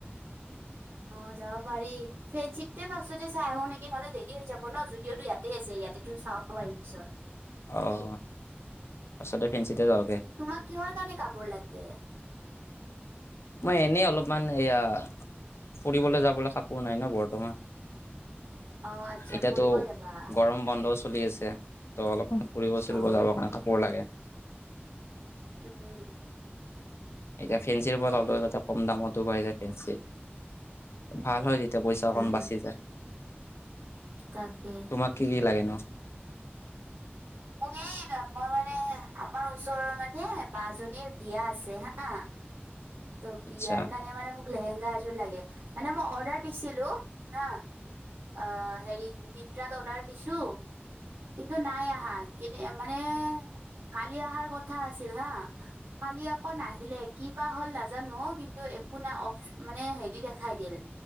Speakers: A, on the right (about 70°); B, on the left (about 85°).
A: অ', যাব পাৰি। ফ্ৰেঞ্চিতে ফাৰ্ষ্টতে চাই আহোঁ নেকি? নহ'লে দেৰি হৈ যাব ন যুদিঅ'টো ইয়াতে আছে। ইয়াতেতো চাব পাৰিম, পিছত।
B: অ', তাৰ পাছতে ফেঞ্চিতে যাওঁ।
A: তোমাক কিহৰ কাৰণে কাপোৰ লাগে?
B: মই, এনেই অলপমান! এয়া ফুৰিবলৈ যাবলৈ কাপোৰ নাই ন বৰ্তমান।
A: অ আচ্ছা
B: এতিয়াতো,
A: ফুৰিব যাবা
B: গৰম বন্ধ। চলি আছে। ত', অলপমান ফুৰিব-চুৰিব
A: অ
B: যাব কাৰণে কাপোৰ লাগে!
A: উম।
B: এতিয়া ফেঞ্চিৰ ওপৰত অন্তত কম দামতো পায় যে ফেঞ্চি, ভাল হয়। তেতিয়া পইচাখন
A: উম
B: বাচি যায়।
A: তাকে
B: তোমাক কি কি লাগে নো?
A: মোক এই মই মানে আমাৰ ওচৰৰ মানে বা এজনীৰ বিয়া আছে হা ত' বিয়াৰ
B: আচ্ছা,
A: কাৰণে মানে মোক লেহেংগা এযোৰ লাগে, মানে মই অৰ্ডাৰ দিছিলোঁ, হা অ', হেৰিত মিনট্ৰাত অৰ্ডাৰ দিছোঁ, কিন্তু নাই আহা। কেনে? মানে! কালি অহাৰ কথা আছিল, হা, কালি আকৌ নাহিলেই, কি বা হ'ল লাগ নাজানোঁ! কিন্তু একো নাই, অঁ! মানে হেৰি দেখাই দিলে,